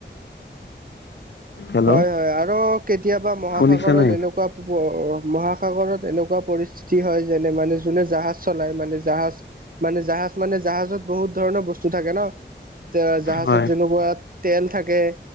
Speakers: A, on the left (about 70°); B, on the right (about 50°).
A: হেল্ল'
B: হয় হয় আৰু কেতিয়াবা মহাসাগৰত
A: শুনিছা নে
B: এনেকুৱা মহাসাগৰত এনেকুৱা পৰিস্থিতি হয় যেনে মানে জোনে জাহাজ চলায় মানে জাহাজ- মানে জাহাজ মানে জাহাজত বহুত ধৰণৰ বস্তু থাকে ন'। এ জাহাজত
A: হয়
B: যেনেকুৱা তেল থাকে